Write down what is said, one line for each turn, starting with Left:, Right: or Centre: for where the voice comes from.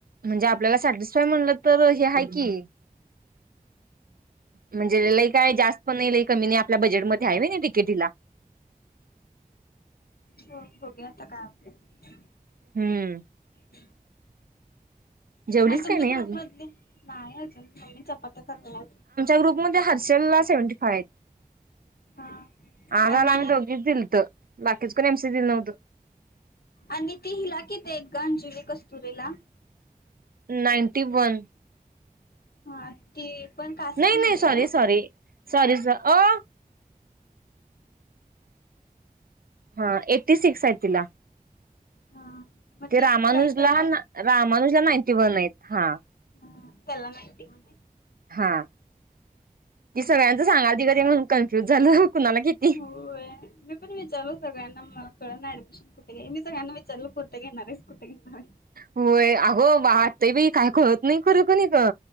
Right: म्हणजे आपल्याला सॅटिस्फाय म्हणलं तर हे आहे की. म्हणजे लई काय जास्त पण नाही लई कमी नाही आपल्या बजेटमध्येध्ये आहे की नाही डिकेटी ला.
Left: हो बगूया आता काय होते.
Right: हम्म.
Left: <inaudible>
Right: जेवलीच
Left: आणि तुमच्या
Right: काय नाही
Left: ग्रुप
Right: अजून
Left: मध नाही अजून मम्मी चपाात्या करताय.
Right: ग्रुप मध्ये हर्षेल ला सेवंटी फाव आहेत.
Left: हा
Right: आ
Left: आणि
Right: गा ला आम्ही दोघीच दिलत बाकीच कोण एमसी दिल नव्हतं.
Left: आणि ती हिला कितीेत आहेत ग अंजीलि कस्तुरीला.
Right: नाईनटी वन
Left: हा ते पण कास्टमध्ये
Right: नाही नाही सॉरी
Left: आहे ना.
Right: सॉरी सॉरी सर अ. हा एटी सिक्स आहे तिला.
Left: हा. मग
Right: ते
Left: ती
Right: रामानुजला
Left: काय करणार
Right: रामानुजला नाईंटी वन आहेत हा.
Left: हा तेला नाइटी वन आहेत.
Right: हा ती सगळ्यांच सांगा म्हणून कन्फ्युज झालं कुणाला किती.
Left: हो मी पण विचारलो सगळ्यांना मला कळ ना ऍडमिशन कुठे घ्यायचं मी सगळना विच चल्ल कुठ्टे नरेश कुठे न <unintelligible>
Right: होय अगं वाटतंय बा काय करत नाही खरं का नाही का